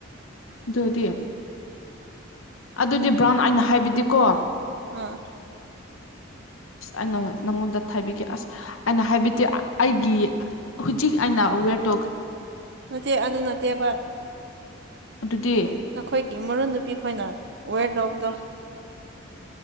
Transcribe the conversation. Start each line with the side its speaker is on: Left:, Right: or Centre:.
Left: ꯑꯗꯨꯗꯤ ꯑꯗꯨꯗꯤ ꯕ꯭ꯔꯥꯎꯟ ꯑꯩꯅ ꯍꯥꯏꯕꯗꯤꯀꯣ
Right: ꯑ
Left: ꯑꯁ ꯑꯩꯅ ꯅꯪꯉꯣꯟꯗ ꯊꯥꯕꯤꯒꯦ ꯑꯁ ꯑꯩꯅ ꯍꯥꯏꯕꯗꯤ ꯑꯩꯒꯤ ꯍꯧꯖꯤꯛ ꯑꯩꯅ ꯋꯦꯔꯇꯣꯛ
Right: ꯅꯠꯇꯦ ꯑꯗꯨ ꯅꯠꯇꯦꯕ
Left: ꯑꯗꯨꯗꯤ
Right: ꯅꯈꯣꯏꯒꯤ ꯃꯔꯨ ꯅꯨꯄꯤ ꯈꯣꯏꯅ ꯋꯦꯔꯇꯧꯕꯗꯣ